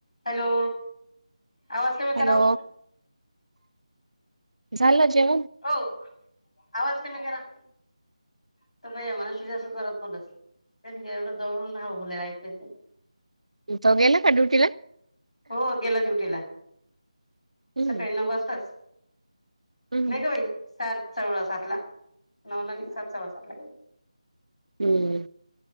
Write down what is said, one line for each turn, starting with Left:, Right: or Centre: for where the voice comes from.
Left: हॅलो आवाज कमी
Right: हॅलो
Left: कराव
Right: झालं जेवण.
Left: ओ आवाज कमी करा. <unintelligible>
Right: तो गेला का ड्युटीला.
Left: हो गेला ड्युटीला
Right: हम्म
Left: सकाळी नऊ वाजताच.
Right: हम्म
Left: नाही गं बाई सात सव्वासातला नऊला नाही सात सव्वासातला गेला.
Right: हम्म